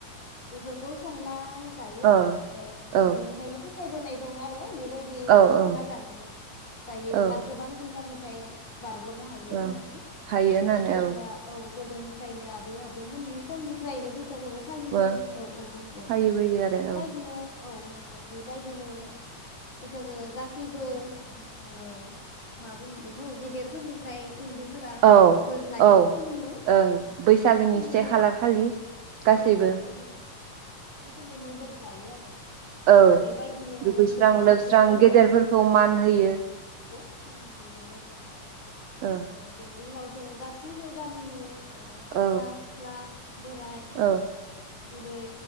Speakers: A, on the left (about 40°); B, on the right (about 75°).
A: बेफोरखौ संना जायो
B: औ
A: ओ
B: औ
A: आगोलनिफ्रायनो फोथाय बोनाय दं आरो बे बेबायदि
B: औ
A: संना
B: औ
A: जानाय जायोब्ला
B: औ
A: गोबां बेमारनिफाय बारग'नो हायो होननानै
B: औ हायो होननानै
A: औ जोंनिया औ गोदोनिफ्रायनो आबै आबौमोननि समनि फ्रायनो बैसागुखौ फालिबोयो
B: ओ
A: औ औ नंगौ
B: फालिबोयो आरो
A: बेबायदिनो
B: औ
A: औ नंगौ बेबायदिनो जोङो गासैबो ओ मा बुङो बेखौ गेदेरफोरनिफ्राय उन्दै फोरा
B: औ
A: बोर लायो
B: औ
A: खुलुमो
B: ओं
A: खुलुमो
B: बैसागोनि से खालार खालि गासैबो
A: औ बेबायदिनो खुलुमो लायो आरो
B: औ
A: बेबायदिनो
B: दुगैस्रां
A: जोङो
B: लोबस्रां
A: बेनि उनाव
B: गेदेरफोरखौ मान होयो
A: मान होयो बेबायदिनो
B: औ
A: ओ बेनि उनाव जोङो गासैबो गामिनि ओ सेंग्रा
B: औ
A: सिख्ला बोराय
B: औ
A: बुरै